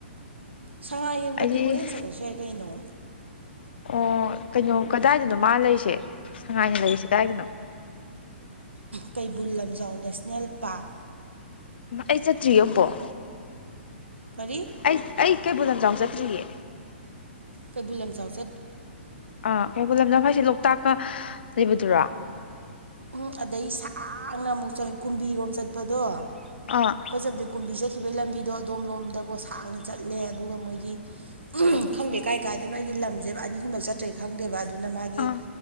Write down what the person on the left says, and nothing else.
ꯑꯩꯗꯤ
ꯑꯣ ꯀꯩꯅꯣ ꯀꯗꯥꯏꯗꯅꯣ ꯃꯥ ꯂꯩꯔꯤꯁꯦ ꯁꯉꯥꯏꯅ ꯂꯩꯔꯤꯁꯦ ꯀꯗꯥꯏꯗꯅꯣ
ꯑꯩ ꯆꯠꯇ꯭ꯔꯤꯌꯦ ꯑꯝꯕꯥꯎ
ꯑꯩ ꯑꯩ ꯀꯩꯕꯨꯜ ꯂꯝꯖꯥꯎ ꯆꯠꯇ꯭ꯔꯤꯌꯦ
ꯑꯥ ꯀꯩꯕꯨꯜ ꯃꯝꯖꯥꯎ ꯍꯥꯏꯁꯦ ꯂꯣꯛꯇꯥꯛꯀ ꯂꯩꯕꯗꯨꯔꯥ
ꯑꯥ
ꯑꯥ